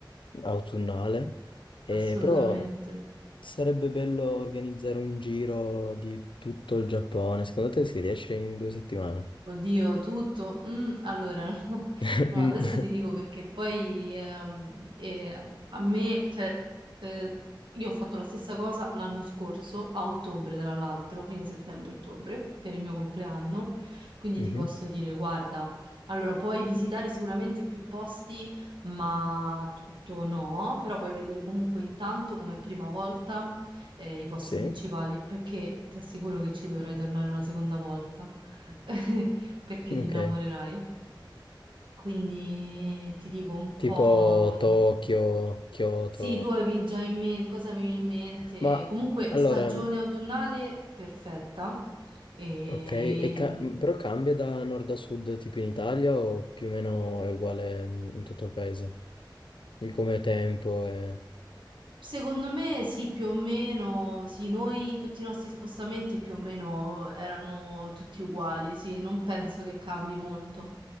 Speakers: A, on the left; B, on the right.
A: autunnale. E
B: assolutamente.
A: però sarebbe bello organizzare un giro di tutto il Giappone. Secondo te si riesce in due settimane?
B: Oddio, tutto. Mm, allora, <laughs>
A: <laughs>
B: no, adesso ti dico perché poi ehm, eh, a me, cioè, eh, io ho fatto la stessa cosa l'anno scorso, a ottobre tra l'altro, fine settembre-ottobre, per il mio compleanno, quindi
A: Mhm.
B: ti posso dire, guarda, allora puoi visitare sicuramente più posti, ma tutto no, però puoi vedere comunque intanto come prima volta eh, i posti
A: Sì.
B: principali, perché ti assicuro che ci dovrei tornare una seconda volta. <laughs> perché
A: Ok,
B: ti innamorerai. Quindi ti dico un po',
A: tipo
B: mh,
A: Tokyo, Kyoto.
B: sì, tu avevi già in mente, cosa avevi in mente?
A: Ma
B: Comunque,
A: allora,
B: stagione
A: mh,
B: autunnale perfetta. E...
A: ok, e ca-
B: mm,
A: mh, però cambia da nord a sud tipo in Italia o più o meno è uguale mh, in tutto il paese? Il come tempo e...
B: Secondo me sì, più o meno, sì, noi tutti i nostri spostamenti più o meno erano tutti uguali, sì, non penso che cambi molto.